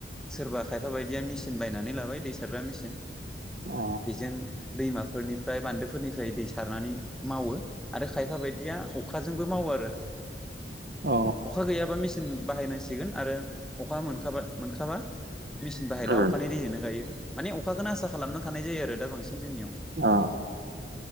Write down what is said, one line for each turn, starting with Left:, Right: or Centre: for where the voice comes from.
Centre: सोरबा खायफा बायदिया मिसि बायनानै लाबाय दै सारग्रा मेसिन
Right: अ
Centre: बेजों दैमाफोरनिफ्राय बान्दोफोरनिफ्राय दै सारनानै मावो आरो खायफा बायदिया अखाजोंबो मावो आरो।
Right: अ
Centre: अखा गैयाबा मेचिन बाहायनांसिगोन आरो अखा मोनखाबा मोनखाबा मिसिन बाहेलाव
Right: उम
Centre: <unintelligible> गायो माने अखाखौनो आसा खालामना थानाय जायो आरो दा बांसिन जोंनियाव
Right: अ